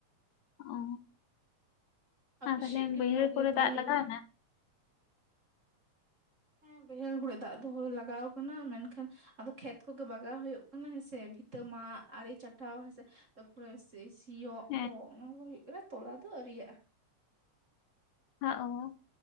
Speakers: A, on the left (about 75°); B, on the right (about 30°).
A: ᱚ᱾
B: ᱟᱯᱮ
A: ᱟᱨ ᱛᱟᱦᱞᱮ
B: ᱥᱮᱫ ᱜᱮ
A: ᱵᱟᱹᱭᱦᱟᱹᱲ
B: ᱵᱷᱟᱜᱮ
A: ᱠᱚᱨᱮ,
B: ᱛᱟᱦᱚᱞᱮ
A: ᱫᱟᱜ ᱞᱟᱜᱟᱣᱱᱟ?
B: ᱦᱮᱸ ᱵᱟᱹᱭᱦᱟᱹᱲ ᱦᱚᱲᱮ ᱫᱟᱜ ᱫᱚᱦᱚ, ᱞᱟᱜᱟᱣ ᱠᱟᱱᱟ ᱢᱮᱱᱠᱷᱟᱱ ᱟᱫᱚ ᱠᱷᱮᱛ ᱠᱚᱜᱮ ᱵᱟᱜᱟᱣ ᱦᱳᱭᱳᱜ ᱠᱟᱱᱟ, ᱦᱮᱸ ᱥᱮ ᱯᱷᱤᱛᱟᱹ ᱢᱟᱜ ᱟᱲᱮ ᱪᱟᱴᱟᱣ ᱦᱮᱸᱥᱮ। ᱛᱟᱯᱚᱨᱮ ᱥᱮᱤ ᱥᱤᱭᱚᱜ
A: ᱦᱮᱸ
B: ᱠᱚ, ᱚᱱᱟ ᱠᱚ ᱫᱚ ᱦᱩᱭᱩᱜ ᱠᱟᱱᱟ, ᱛᱚᱞᱟ ᱫᱚ ᱟᱹᱨᱤᱭᱟᱜ-ᱟ।
A: ᱦᱟᱸᱜ ᱦᱚᱸ